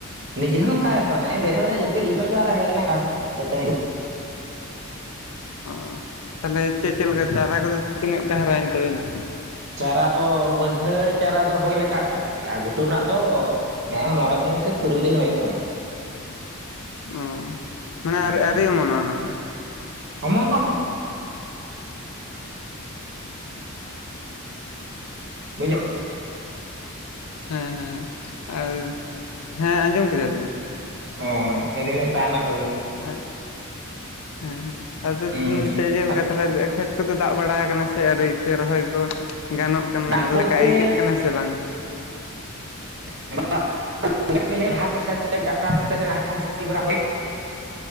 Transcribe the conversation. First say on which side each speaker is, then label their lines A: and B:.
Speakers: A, on the right; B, on the left.
A: ᱱᱤᱡᱮ ᱦᱚᱸ ᱚᱱᱠᱟ ᱜᱮᱛᱚ ᱱᱮᱜ-ᱮ ᱵᱮᱨᱮᱜ ᱦᱳᱭᱱᱟ ᱡᱟᱹᱯᱤᱜ ᱞᱤ ᱞᱚᱪᱚ ᱟᱨ ᱦᱮᱡ ᱦᱩᱭ ᱮᱱᱟ <unintelligible> ᱥᱮᱜ ᱫᱟᱹᱛᱟᱹᱱᱤ᱾
B: ᱚ ᱚ ᱛᱟᱦᱚᱞᱮ ᱪᱮᱫ ᱪᱮᱫ ᱞᱮᱠᱟ ᱪᱟᱨᱟ ᱠᱚᱫᱚ ᱛᱤᱱᱟᱹᱜ ᱴᱟ ᱦᱟᱨᱟᱭᱮᱱ ᱛᱟᱹᱵᱤᱱᱟ?
A: ᱪᱟᱨᱟ ᱫᱚ ᱵᱟᱹᱭᱦᱟᱹᱲ ᱪᱟᱨᱟ ᱫᱚ ᱦᱳᱭ ᱞᱮᱠᱟᱜ ᱜᱮ ᱟᱨᱠᱤ ᱟᱨ ᱜᱷᱩᱴᱩ ᱨᱮᱱᱟᱜ ᱫᱚ ᱱᱮᱜ-ᱮᱸ ᱢᱚᱸᱬᱮ ᱫᱤᱱ ᱥᱮ ᱛᱩᱨᱩᱭ ᱫᱤᱱ ᱦᱩᱭᱩᱜ ᱠᱟᱱᱟ᱾
B: ᱚ ᱢᱟᱱᱮ
A: ᱦᱩᱸ
B: ᱟ. ᱨ-ᱟᱹᱨᱤ ᱚᱢᱚᱱᱚᱜᱼᱟ ᱚᱱᱟ ᱫᱚ?
A: ᱚᱢᱚᱱ ᱫᱚ ᱵᱩᱡᱷᱩᱜ
B: ᱦᱮᱸ ᱦᱮᱸ ᱟᱨ ᱦᱮᱸ ᱟᱸᱡᱚᱢ ᱠᱮᱫᱟᱞᱤᱧ᱾
A: <unintelligible>
B: ᱟᱨ ᱦᱮᱸ ᱦᱮᱸ ᱟᱫᱚ
A: ᱦᱮᱸᱥᱮ
B: ᱛᱤᱱ ᱛᱮ ᱪᱮᱫᱞᱮᱠᱟ ᱛᱟᱦᱚᱞᱮ ᱠᱷᱮᱛ ᱠᱚᱫᱚ ᱫᱟᱜ ᱵᱟᱲᱟᱣ ᱠᱟᱱᱟ ᱥᱮ ᱟᱣᱨᱤ ᱥᱮ ᱨᱚᱦᱚᱭ ᱠᱚ ᱜᱟᱱᱚᱜ ᱠᱟᱱᱟ
A: ᱫᱟᱜ ᱵᱚᱞᱛᱮ
B: ᱞᱮᱠᱟ ᱟᱹᱭᱠᱟᱹᱜ ᱠᱟᱱᱟ ᱥᱮ ᱵᱟᱝ?
A: <unintelligible>